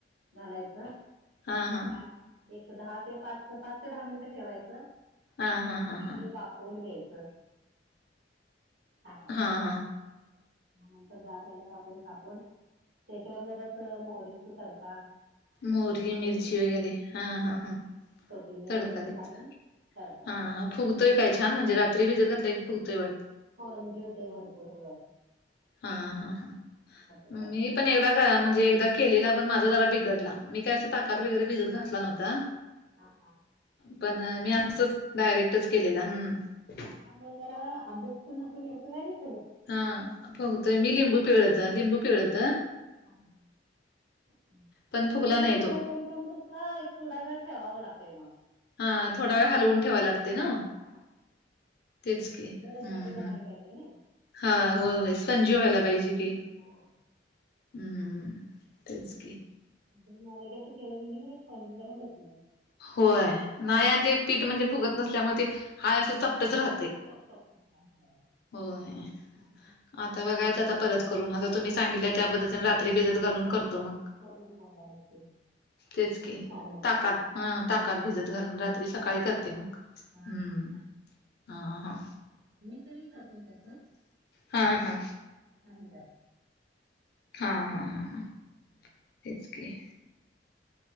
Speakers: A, on the right; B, on the left.
A: घालायचं
B: हा हा
A: आणि एक दहा ते पाच पाच ते दहा मिनिटं ठेवायचं
B: हा हा हा
A: आणि
B: हा
A: वा होऊन घ्यायचं ताटा
B: हा हा
A: मग नंतर ग झाल्यापून कापून, त्याच्यावर जर असं मोहरीचा तडका
B: मोरी
A: कोथिंबीर
B: मिर्ची वगैरे हा
A: हं
B: हा हा.
A: कोथिंबीर
B: तडका
A: वगैरे
B: द्यायचा
A: घालून. तडका द्यायचा
B: हा हा फुगतोय काय छान म्हणजे रात्रीि जर घातला क फगतोय वाटं.
A: होन जिवतेय भरपूर हो,
B: हा हा हा
A: करते
B: मी पण एकदा, रा म्हणजे एकदा केलेला पण माझा जरा बिघडला मी काय अस ताकात वगरे भिजत घातला नव्हता.
A: हा हा
B: पण मी असंच डायरेक्टच केलेला हम्
A: त्यामुळे त्याला अंबूसण पण येतो.
B: हा बघतोय मी लिंबू पिवळत लिंबू पिवळत.
A: ह ह
B: पण फुगला
A: लिंबू
B: नाही
A: पिळा
B: तो.
A: तरी पण कसं एक थोडा वेळ ठेवावं लागतंय मग.
B: हा थोडा वेळ हलवून ठेवाय लागते ना.
A: <unintelligible>
B: तेच की हम्म
A: त्याला जाळी बनायला
B: हम्म.
A: पाहिजे.
B: हा होय होय संजीव आला
A: हा
B: पाहिजे कि
A: हा
B: हम्म. तेच की.
A: मलागेच केलं म्हणजे म सांज जरा होत नाही.
B: होय नाही
A: हम्म.
B: आणि ते पीठ म्हणजे फुगत नसल्यामुळे ते हाय असं चपटच राह
A: <inaudible>
B: होय. आता बघायच आता परत करून आता तुम्ही सांगितलंय त्यापद्धतीने रात्री भिजत घालून करतो मग
A: करून बघा नक्की
B: तेच की
A: छान होतं.
B: ताकात हा ताकात
A: हम्म.
B: भिजत घालून रात्री सकाळी
A: हा हा
B: करते मग
A: हा
B: हम्म ह ह.
A: तिल करतोय तस.
B: हा हा.
A: आम्ही त्यात
B: हा हा हा हा.
A: हम्म.
B: तेच की.